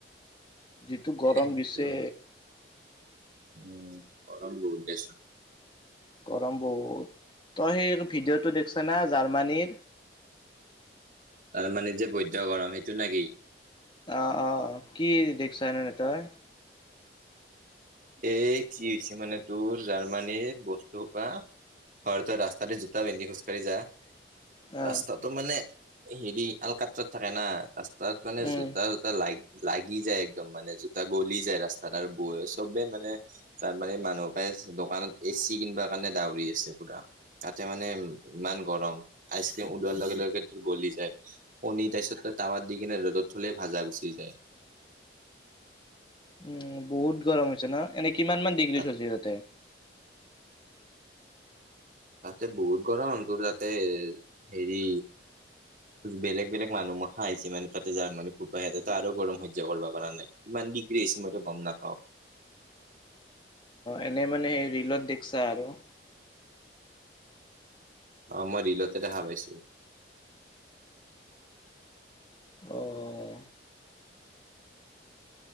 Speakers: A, on the left; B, on the right.
A: যিটো গৰম
B: এ সেইটো
A: দিছে।
B: উম গৰম বহুত দিছে।
A: গৰম বহুত তই সেই ভিডিঅ'টো দেখছা না জাৰ্মানীৰ
B: তাৰ মানে যে বৈধ্য গৰম সেইটো নাকি
A: আহ অ কি দেখছা এ ননে তই
B: এ কি হৈছে মানে তোৰ জাৰ্মানীৰ বস্তুসোপা ঘৰ ত ৰাস্তাদি জোতা ভেন্দি খোজ কাঢি যা-
A: অ
B: ৰাস্তাটো মানে হেৰি আল কাত্ৰাত থাকে না ৰাস্ত তাত মানে
A: উম
B: জোতা জোতা লাগ লাগি যায় একদম মানে জোতা গলি যায় ৰাস্তা তাৰ ব- চবে মানে তাৰ মানে মানুহকে দোকানত এ চি কিনব কাৰণে দউৰি আছে পুৰা। মানে ইমান গৰম আইচ ক্ৰীম উলোৱাৰ লগে লগে গলি যায় কনীৰ তাৰপিছত তাৱা দিকেনে ৰ'দত থলে ভাজা গুচি যায়।
A: উম বহুত গৰম আ হৈছে না। এনেই কিমান মান ডিগ্ৰী
B: তাত
A: চলি তাতে
B: তাতে বহুত গৰম তোৰ তাতে হেৰি বেলেগ বেলেগ মানুহ ম খা আহিছে মানে তাতে যাৰ মানি ফুটবাহিতে তো আৰু গৰম সহ্য কৰিব পৰা নাই। ইমান দিগ্ৰী হৈছে মইতো গম নাপাওঁ।
A: এনে মানে সেই ৰিলত দেখছা আৰু।
B: অ মই ৰিলতে দেখা পাইছো।
A: অহ